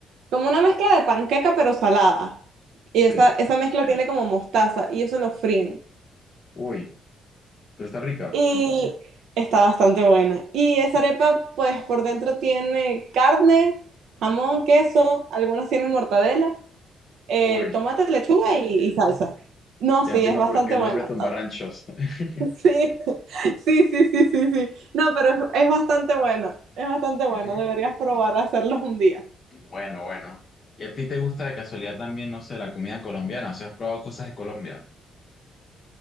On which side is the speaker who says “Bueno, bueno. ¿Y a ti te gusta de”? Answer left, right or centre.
Left